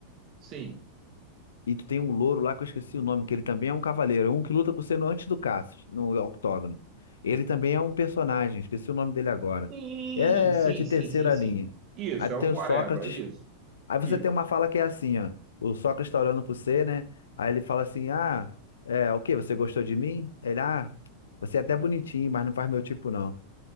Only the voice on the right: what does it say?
sim.
Sim,
sim,
sim,
sim, sim.
Isso,
é um
whatever,
isso.
Isso.